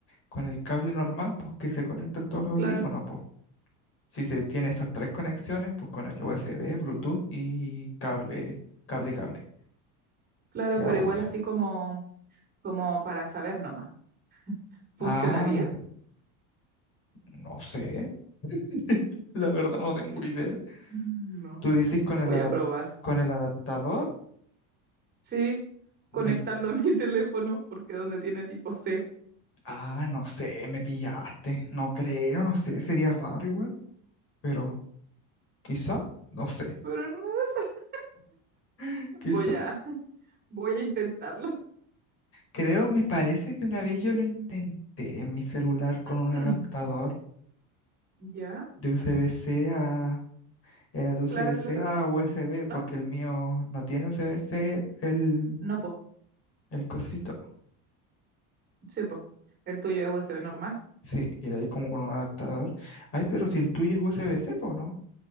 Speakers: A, on the left; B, on the right.
A: con el cable normal, pues que se conectan todos los
B: claro,
A: audífonos, pues. Si se tiene esas tres conexiones, pues con el USB, Bluetooth y cable, cable, cable
B: claro,
A: de
B: pero
A: audio.
B: igual así como, como para saber nomás.
A: Ah,
B: ¿Funcionaría?
A: no sé, <laughs> la verdad no tengo
B: Sí.
A: idea.
B: No,
A: Tú dices con el,
B: voy
A: adap-
B: a probar.
A: con el adaptador.
B: Sí,
A: del
B: conectarlo a mi teléfono, porque donde tiene tipo C,
A: Ah, no sé, me pillaste. No creo, no sé, sería raro igual, pero quizá, no sé,
B: pero en uno de esas
A: <laughs> quizá.
B: voy a, <laughs> voy a intentarlo.
A: Creo, me parece que una vez yo lo intenté en mi celular con
B: <clears throat>
A: un adaptador
B: Ya,
A: de USB-C a... Era de USB-C
B: claro, claro.
A: a USB, porque
B: No,
A: el mío no tiene USB-C el,
B: no, po,
A: el cosito.
B: sí, po. El tuyo es USB normal.
A: Sí, y de ahí como con un adaptador. Ay, pero si el tuyo es USB-C, pues no.